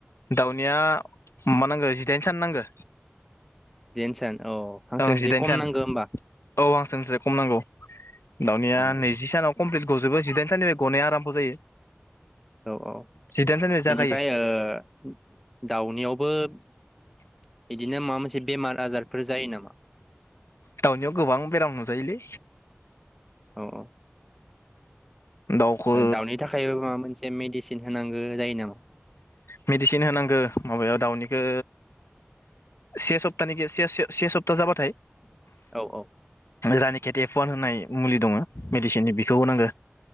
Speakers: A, on the left; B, in the centre.
A: दाउनिया मा नांगो जिदाइन सान नांगो
B: जेनसन औ हांसोनो
A: ओं जिदाइन
B: जे खम
A: सान
B: नांगौ होमबा
A: औ हांसोनिसाय खम नांगौ दाउनिया
B: औ
A: नैजि सानाव कमप्लिट गजोबो जिदाइनथानिफ्राय गनाया आराम्भ जायो।
B: औ औ
A: जिदाइन साननिफ्राय जागायो
B: बेनिफ्राय ओ दाउनियावबो बिदिनो माबा मोनसे बेमार आजारफोर जायो नामा?
A: दावनियाव गोबां बेराय नुजायो लै
B: औ औ।
A: दाउखौ
B: दाउनि थाखायबो माबा मोनसे मेडसिन होनांगौ जायो नामा?
A: मेडिसिन होनांगौ माबायाव दाउनिखौ से सप्तानि से सप्ता जाबाथाय।
B: औ औ
A: जानि खेथि फुवान होनाय मुलि दंङ मेडिसिननि बेखौ होनांगौ।